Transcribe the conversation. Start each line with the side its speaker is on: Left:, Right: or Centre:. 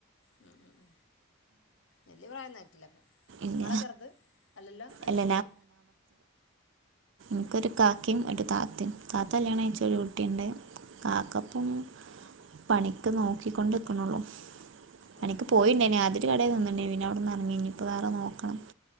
Left: ഉം ഉം വല്യേ പ്രായൊന്നും ആയിറ്റില്ല അപ്പോ
Right: ഇല്ല
Left: ങ്ങളാ ചെറുത് അല്ലല്ലോ അനിയൻല്ലേ?
Right: അല്ല ഇക്കൊരു കാക്കീം, ഒരു താത്തീം താത്ത കല്യാണം കയിച്ചൊരു കുട്ടിയുണ്ട്. കാക്കപ്പം പണിക്ക് നോക്കിക്കൊണ്ടിക്കണൊള്ളു. പണിക്ക്
Left: ഓ ഓ
Right: പോയിണ്ടേനെ
Left: ഓ
Right: ആദ്യം. ഒരു കടയിൽ നിന്നിണ് പിന്നേ അവിടുന്ന് ഇറങ്ങിഇനിപ്പോ വേറെ നോക്കണം.